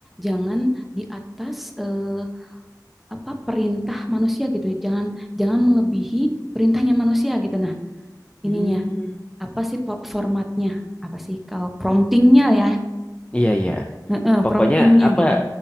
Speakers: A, in the centre; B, on the left.
A: jangan di atas eh, apa perintah manusia gitu, jangan jangan melebihi perintahnya manusia gitu. Nah,
B: hmm,
A: ininya apa sih formatnya? Apa sih kalau promptingnya ya?
B: iya iya
A: eh, eh,
B: Pokoknya
A: promptingnya
B: apa
A: gitu.